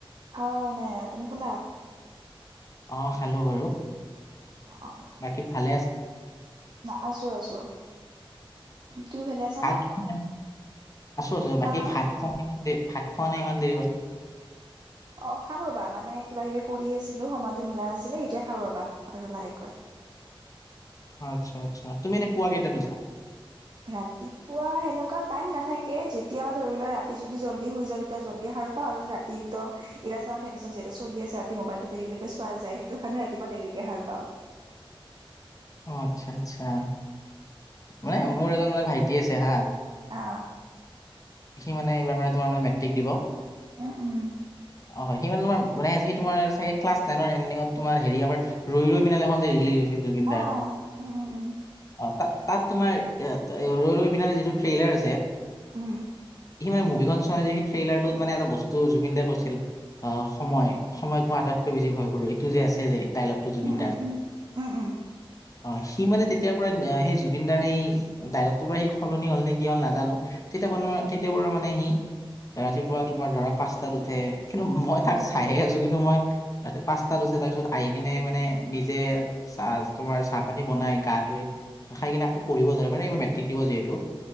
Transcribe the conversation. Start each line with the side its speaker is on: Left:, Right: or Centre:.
Right: অহ নাই। তুমি খালা?
Left: অ খালোঁ বাৰু।
Right: অ অ অ ঠিক
Left: বাকী
Right: আছে।
Left: ভালে আছা?
Right: না আছো আছো। তুমি ভালে আছ-
Left: ভাত খোৱা না, আছোঁ আছোঁ
Right: হা
Left: বাকী
Right: হা
Left: ভাত খোৱাই কিমান দেই ভাত খোৱা নাই ইমান দেৰি হ'ল।
Right: অ খাম ৰবা মানে কিবা কিবি কৰিয়ে আছিলো সময়টো মিলা নাছিলে এতিয়া খাওঁ ৰবা আৰু লাহেকৈ।
Left: আচ্ছা আচ্ছা তুমি এনে পুৱা কেইটাত উঠা?
Right: ৰাতিপুৱা সেনেকুৱা টাইম নাথাকে যেতিয়া বা ধৰিলোৱা ৰাতি যদি জলদী শুই যাওঁ তেতিয়া জলদী সাৰ পাওঁ আৰু ৰা টিকদম এতিয়া চোৱা ভেকেচন যিহেতু চলিয়ে আছে ৰাতি ম'বাইলটো দেৰিলৈকে চোৱা যায় সেইটো কাৰণে ৰাতিপুৱা দেৰিকে শাৰ পাওঁ।
Left: অ আচ্ছা আচ্ছা। মানে মোৰ এজন মানে ভাইটি আছে হা
Right: অ
Left: সি মানে এইবাৰ মানে তোমাৰ মানে মেট্ৰিক দিব।
Right: উম উম
Left: অ হয়, সি মানে তোমাৰ মানে সি তোমাৰ চাগে ক্লাছ নাইনৰ এনডিঙত তোমাৰ হেৰী আমাৰ ৰৈ ৰৈ বিনালে খন যে ৰিলিজ হৈছিল জুবিন দাৰ,
Right: অ উম উম উম
Left: অহ তাত তাত তোমাৰ ৰৈ ৰৈ বিনালে যিটো ট্ৰেইলাৰ আছে,
Right: উম
Left: সি মানে মুভিখন মানে যদি সি ট্ৰেইলাৰটোত মানে এটা বস্তু জুবিনদাই কৈছিল অ সময় সময়ত মই আটাইতকৈ বেছি ভয় কৰো এইটো যে আছে যে ডাইলগটো জুবিন
Right: উম উম
Left: দাৰ
Right: উম উম উম
Left: অ সি মানে তেতিয়াৰ পৰা সেই জুবিন দাৰ সেই ডাইলগটোৰ পৰা সি সলনি হল নে কি হল নাজানো তেতিয়া পৰা নে, তেতিয়াৰ পৰা মানে সি ৰাতিপুৱা তোমাৰ ধৰা পাঁচটাত উঠে কিন্তু মই তাক
Right: বাপৰে
Left: চাইে আছো কিন্তু মই ৰাতি পাঁচটা ওছে তাৰপিছত আহি কিনে মানে নিজে চাজ তোমাৰ চাহ পানী বনাই গা ধুই খাই কিনে আকৌ পঢ়িব যায় মানে এইবাৰ মেট্ৰিক দিব যিহেতু